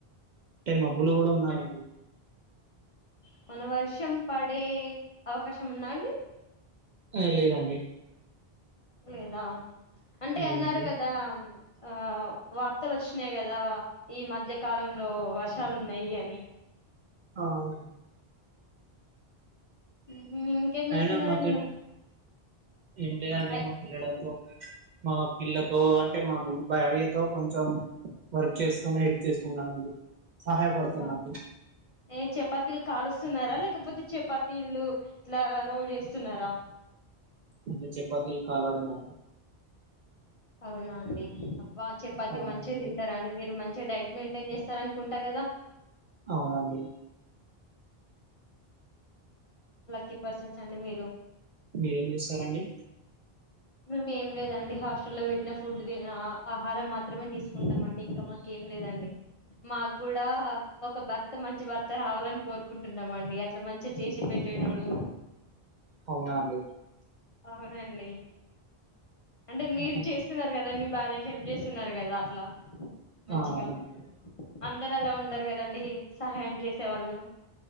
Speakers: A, on the right (about 55°); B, on the left (about 40°).
A: అంటే మబ్బులు కూడా ఉన్నాయి అండి.
B: ఏమన్న వర్షం పడే అవకాశం ఉంద అండి.
A: ఆ లేదండి.
B: లేదా అంటే
A: లేదండి
B: అన్నారు. గాదా ఆ వార్తలు వోచ్చినాయి. కదా ఈ మధ్యకాలంలో వర్షాలున్నాయి. అని
A: అవునండి.
B: హ్ ఇంకేం చేస్తున్నరండి.
A: అయినా మాకు
B: మరి
A: ఏం లేదండి.
B: ఐ-
A: మా పిల్లలతో మా పిల్లతో అంటే మా భార్యతో కొంచెం వర్క్ చేస్తునే హెల్ప్ చేస్తున్నానునండి. సహాయపడుతున్నా
B: ఆ,
A: అండి.
B: ఏ చపాతీలు కాలుస్తున్నారా లేకపోతే చపాతీలు ఇట్లా రోల్ చేస్తున్నారా
A: అంటే చపాతీ కాల్వడం అండి.
B: అవునా అండి. అబ్బా చపాతి
A: అవునండి
B: మంచిగా తింటారా అండి. మీరు మం డైట్ మెయింటైన్ చేస్తారూ అనుకుంటా గాదా
A: అవునా అండి.
B: లక్కీ పర్సన్స్ అండి మీరు
A: మీరేం చేస్తారండి.
B: మేం ఏం లేదండి, హాస్టల్లో పెట్టిన ఫుడ్ తిన్ ఆహారం మాత్రమే తీసుకుంటామండి. ఇంక మాకేం లేదండి. మాగ్గుడా ఒక భర్త మంచి భర్త రావాలని కోరుకుంటున్నామండి. అట్లా మంచిగా చేసి పెట్టేటోడు.
A: అవునా అండి?
B: అవునండి. అంటే మీరు
A: ఆహా!
B: చేస్తున్నారు కదా, మీప్ బార్యకి హెల్ప్ చేస్తున్నారు. కదా అట్లా మంచిగా
A: ఆ అవును అండి.
B: అందరు అలా ఉండరు. కదండి సహాయం చేసేవాళ్ళు